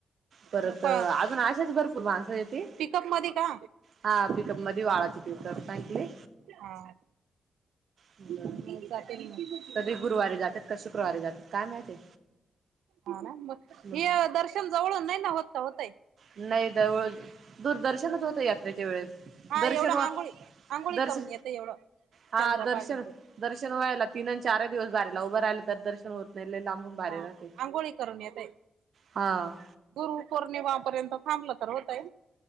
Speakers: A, on the right; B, on the right.
A: परत
B: मग कोण
A: अजून आशेच भरपूर माणसं ये ती.
B: पिकअप मध्ये का
A: हा पिकअप मधी, वाळाची पिकअप सांगितली.
B: हा!
A: <unintelligible>
B: मग जातील मग
A: कधी गुरवारी जात्यात का, शुक्रवारी जात्यात काय माहिती?
B: हा ना म
A: मग
B: हे दर्शन जवळून नाही ना होत, का होतय?
A: नही जवळ दूरदर्शनच होतं यात्रेच्या वेळेस.
B: हा
A: दर्शन
B: एवढं
A: वा
B: आंघोळी-आंघोळी
A: दर्शन
B: करून येतय एवढं
A: हा
B: चंद्रभागे
A: दर्शन
B: ते.
A: दर्शन व्हायला तीन अन चारअ दिवस बारीला उभं राहिलं तर दर्शन होत नही लई लांबून बारी
B: हा
A: राहते
B: आंघोळी करून येतय.
A: हा
B: गुरु पौर्णिमापर्यंत थांबलं तर होतय.